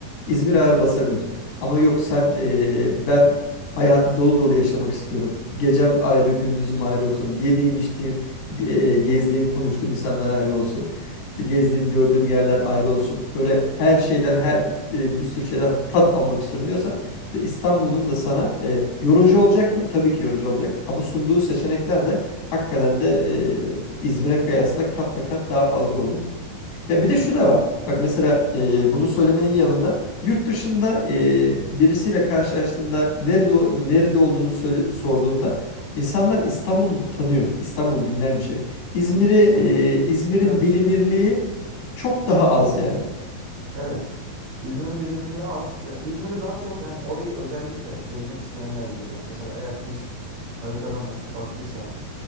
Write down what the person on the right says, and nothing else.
evet.
E, tabii
İstanbul
popüler bir
şehir.
Evet. İzmir'in bilinirliği az. Ya İzmir'i daha çok yani orayı özellikle gezmek isteyenler bilir. Yani mesela eğer turist haritadan açıp baktıysa,